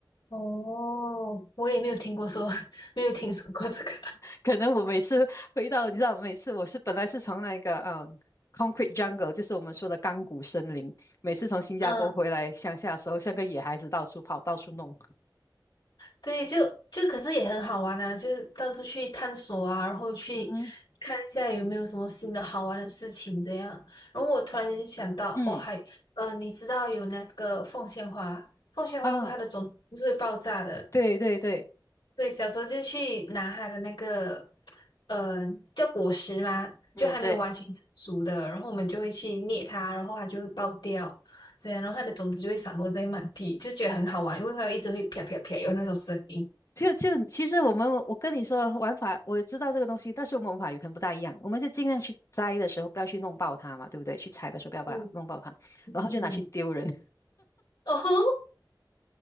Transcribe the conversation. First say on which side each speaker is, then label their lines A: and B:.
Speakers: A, on the left; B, on the left.
A: 哦，我也没有听过说，<laughs> 没有听说过这个。
B: 可能我每次回到，你知道，每次我是本来是从那个嗯，concrete jungle，就是我们说的钢骨森林，每次从新加坡回来乡下的时候，
A: 嗯，
B: 像个野孩子到处跑，到处弄。
A: 对，就就可是也很好玩啊，就是到处去探索啊，然后去看一下有没有什么新的好玩的事情这样。
B: 嗯，
A: 然后我突然间就想到，
B: 嗯
A: 哦，还呃，你知道有那个凤仙花，凤仙花不它的种子不是会爆炸的？
B: 啊，对对对，
A: 对，小时候就去拿它的那个呃叫果实嘛，
B: 嗯对，
A: 就还没有完全成熟的，然后我们就会去捏它，然后它就会爆掉。这样，然后它的种子就会散落在满地，就觉得很好玩，因为它一直会啪啪啪有那种声音。
B: 就就其实我们我跟你说玩法，我知道这个东西，但是我们玩法有可能不大一样，我们就尽量去摘的时候不要去弄爆它嘛，对不对？去采的时候不要把它弄爆它，
A: 嗯嗯嗯，
B: 然后就拿去丢人。
A: 哦吼，